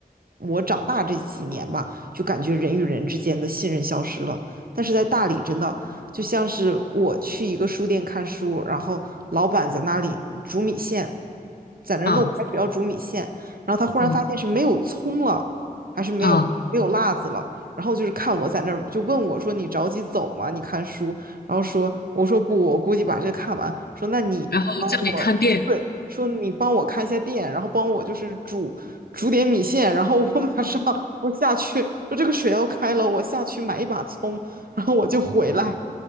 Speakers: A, on the right; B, on the left.
A: 我长大这几年吧。就感觉人与人之间的信任消失了。但是在大理，真的就像是我去一个书店看书，然后老板在那里煮米线，在那儿弄开始要煮米线，
B: 啊
A: 然后他忽然发现是没有葱了，
B: 嗯
A: 还是没有没有辣子了。
B: 啊，
A: 然后就是看我在那儿，就问我说：“你着急走吗？你看书。”然后说：“我说不，我估计把这看完。”说：“那你帮我对，
B: 然后叫你看店，
A: 说你帮我看一下店，然后帮我就是煮煮点米线，然后我马上我下去，说这个水要开了，我下去买一把葱，然后我就回来。